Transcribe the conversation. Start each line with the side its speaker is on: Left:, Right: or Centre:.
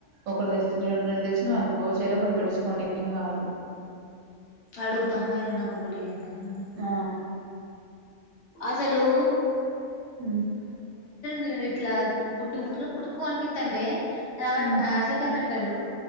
Right: ఒక ద రెండు రెండు దచ్చిన అనుకో చెరో ఒకటి పెట్టించుకొ అం కాదు
Left: అడుగుత అరేయ్ నాకు ఒక్కటి ఇయ్యండ్రా అని
Right: ఆ
Left: అసాలు
Right: హ్మ్
Left: నేను ఇట్లా బుడ్డు పుట్కునితంతాంటే రవ
Right: హ్మ్
Left: అశోక్ అన్న అంటుండు